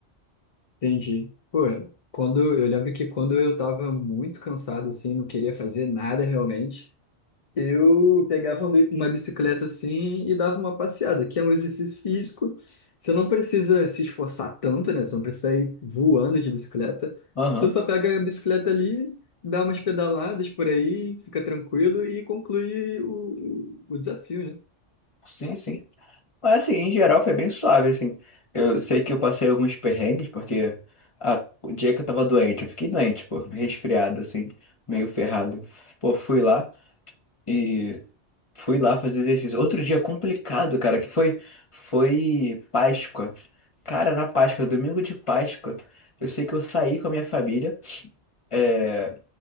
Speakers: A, on the left (about 45°); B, on the left (about 30°).
A: Entendi. Pô, quando, eu lembro que quando eu tava muito cansado, assim, não queria fazer nada realmente, Eu pegava uma bi- uma bicicleta assim e dava uma passeada, que é um exercício físico. Você não precisa se esforçar tanto, né? Você não precisa ir voando de bicicleta.
B: Aham,
A: Você só pega a bicicleta ali, dá umas pedaladas por aí, fica tranquilo e conclui o, o o desafio, né?
B: Sim, sim. Mas assim, em geral foi bem suave, assim. Eu sei que eu passei alguns perrengues, porque a- o dia que eu tava doente, eu fiquei doente, pô, resfriado, assim, meio ferrado. Pô, fui lá e fui lá fazer exercício. Outro dia complicado, cara, que foi, foi Páscoa. Cara, na Páscoa, domingo de Páscoa, eu sei que eu saí com a minha família. É,